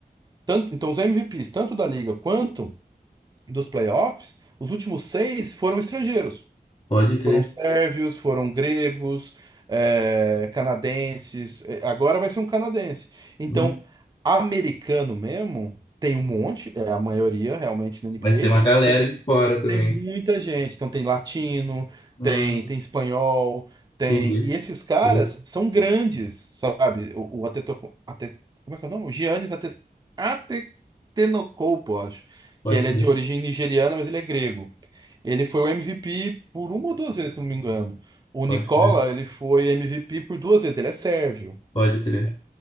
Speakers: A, on the right; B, on the left.
A: tanto, então, os MVPs, tanto da liga quanto dos playoffs, os últimos seis foram estrangeiros.
B: pode crer.
A: Foram sérvios, foram gregos, é, canadenses. É, Agora vai ser um canadense. Então,
B: Uhum.
A: americano mesmo, tem um monte, é a maioria realmente na NBA.
B: Mas tem uma galera de fora também.
A: Tem muita gente, então tem latino,
B: Hum,
A: tem tem espanhol, tem.
B: entendi.
A: E esses caras
B: Pô,
A: são grandes, sabe? O, o Atetoko- Ate- como é que é o nome? O Giannis Ate- Atetenokounmpo, acho.
B: Pode
A: Que ele
B: crer,
A: é de origem nigeriana, mas ele é grego. Ele foi o MVP por uma ou duas vezes, se não me engano. O
B: pode
A: Nicola,
B: crer,
A: ele foi MVP por duas vezes, ele é sérvio.
B: pode crer.